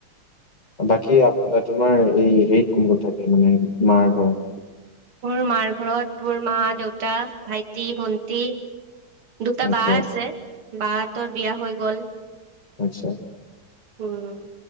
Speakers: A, on the left (about 25°); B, on the right (about 75°).
A: বাকী আ তোমাৰ এই হেৰিত কোন কোন থাকে মানে মাৰ ঘৰত?
B: মোৰ মাৰ ঘৰত মোৰ মা, দেউতা, ভাই টি, ভন্টি দুটা
A: আচ্ছা
B: বা আছে, বাহতৰ বিয়া হৈ গল।
A: আচ্ছা।
B: উম।